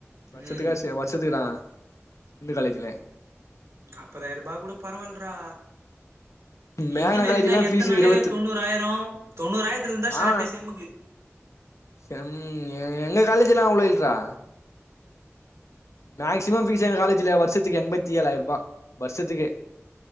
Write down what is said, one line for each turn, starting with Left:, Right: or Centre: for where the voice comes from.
Left: வருஷத்துக்கா
Right: ம்
Left: சே வருஷத்துக்கு தா இந்து காலேஜ்ல
Right: நாற்பதாயிர ரூபா கூட பரவல்றா
Left: மேக்னா
Right: இன்ஜினியரிங்லா
Left: காலேஜ்லா
Right: எத்தனால
Left: ஃபீஸ் இருவத்து
Right: தொண்ணூறு ஆயிரம் தொண்ணூறாயிரத்தல இருந்தா ஷார்ட்டே
Left: ஆ
Right: செம்முக்கு
Left: செம் எங்க காலேஜ் எல்லா அவ்ளோ இல்றா மேக்சிமம் பீஸ்சு எங்க காலேஜ்ல வருஷத்துக்கு எண்பத்தி ஏழாயிரம் ரூபா வருஷத்துக்கே